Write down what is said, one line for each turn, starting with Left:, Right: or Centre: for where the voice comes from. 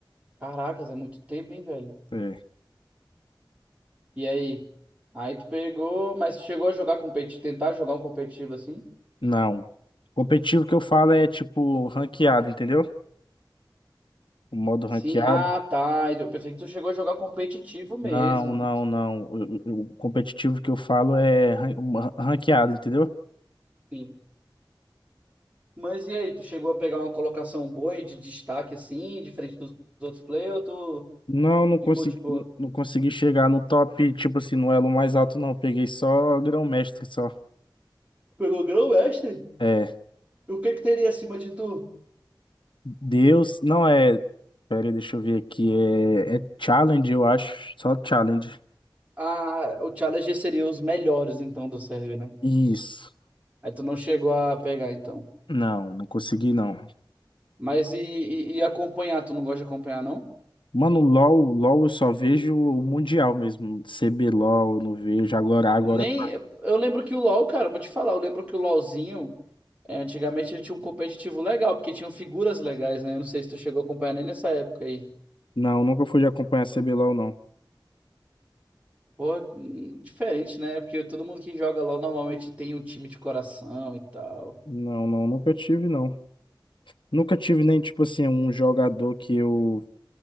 Right: Caracas, é muito tempo, hein, velho?
Left: É.
Right: E aí? Aí tu pegou, mas tu chegou a jogar competitivo, tentar jogar um competitivo assim?
Left: Não. Competitivo que eu falo é tipo ranqueado, entendeu? O modo
Right: Sim,
Left: ranqueado.
Right: ah tá, Então, eu pensei que tu chegou a jogar competitivo mesmo.
Left: Não, não, não. O, o- o competitivo que eu falo é ran- uma- ranqueado, entendeu?
Right: Sim. Mas e aí, tu chegou a pegar uma colocação boa e de destaque assim, diferente dos outros players, ou tu
Left: Não, não consegui,
Right: ficou de boa?
Left: não consegui chegar no top, tipo assim, no elo mais alto, não. Peguei só grão-mestre, só.
Right: Pegou grão mestre?
Left: É,
Right: E o que que teria acima de tu?
Left: Deus, não é. Pera aí, deixa eu ver aqui. É, é challenge, eu acho. Só challenge.
Right: Ah, o Challenger seria os melhores então do server, né?
Left: Isso.
Right: Aí tu não chegou a pegar então.
Left: Não, não consegui, não.
Right: Mas e, e, e acompanhar, tu não gosta de acompanhar não?
Left: Mano, LOL, LOL eu só vejo o Mundial mesmo. CBLOL eu não vejo. Agora, agora.
Right: Nem.
Left: tá.
Right: Eu lembro que o LoL, cara, eu vou te falar, eu lembro que o LoLzinho, é, antigamente ele tinha um competitivo legal, porque tinham figuras legais, né? Eu não sei se tu chegou a acompanhar nem nessa época aí.
Left: Não, nunca fui de acompanhar CBLOL, não.
Right: Pô, hum, diferente, né? Porque todo mundo que joga LoL normalmente tem um time de coração e tal.
Left: Não, não, nunca tive, não. Nunca tive nem, tipo assim, um jogador que eu.